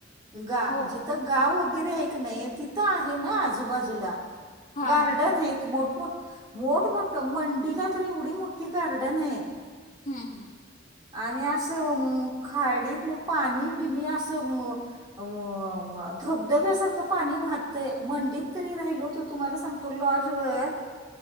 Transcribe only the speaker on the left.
हो
का
हा
हा हा
हम हम.